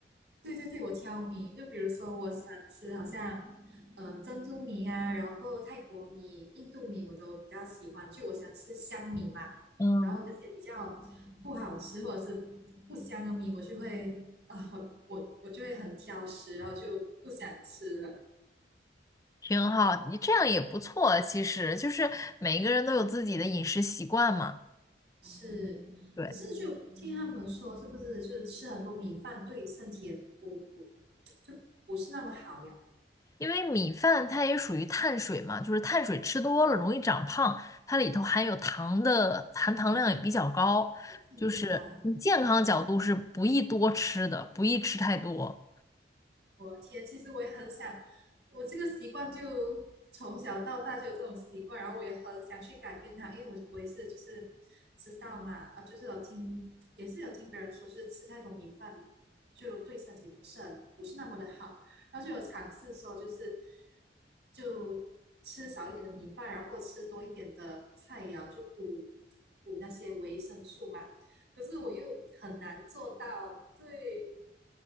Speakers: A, on the right; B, on the left.
A: 对对对，我挑米，就比如说我喜欢吃好像，呃，珍珠米啊，然后够泰国米、印度米我都比较喜欢，就我喜欢吃香米嘛。
B: 嗯，
A: 然后那些比较不好吃或者是不香的米，我就会啊、我我我就会很挑食，然后就不想吃了。
B: 挺好，你这样也不错。其实就是每个人都有自己的饮食习惯嘛。
A: 是，
B: 对。
A: 可是就听他们说，是不是就是吃很多米饭对身体也不不就不是那么好呀？
B: 因为米饭它也属于碳水嘛，就是碳水吃多了容易长胖，它里头含有糖的含糖量也比较高，
A: 嗯，
B: 就是从健康角度是不宜多吃的，
A: 对吧？
B: 不宜吃太多。
A: 我的天，其实我也很想，我这个习惯就从小到大就有这种习惯，然后我也很想去改变它，因为我我也是就是知道嘛，啊，就是有听也是有听别人说，就是吃太多米饭就对身体不是很不是那么的好，然后就有尝试说就是就吃少一点的米饭，然后够吃多一点的菜肴，就补补那些维生素嘛，可是我又很难做到，对，